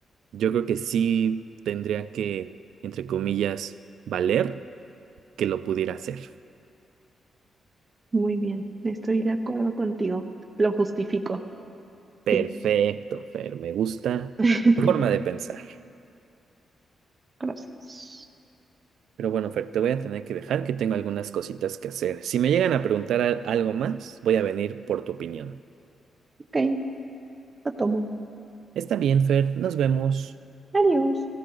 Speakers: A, on the right (about 85°); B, on the right (about 25°).
A: Yo creo que sí tendría que, entre comillas, valer que lo pudiera hacer.
B: Muy bien, estoy de acuerdo contigo. Lo justifico.
A: Perfecto,
B: Fin.
A: Fer, me gusta
B: <laughs>
A: tu forma de pensar.
B: Gracias.
A: Pero bueno, Fer, te voy a tener que dejar que tengo algunas cositas que hacer. Si me llegan a preguntar al- algo más, voy a venir por tu opinión.
B: Ok, lo tomo.
A: Está bien, Fer, nos vemos.
B: Adiós.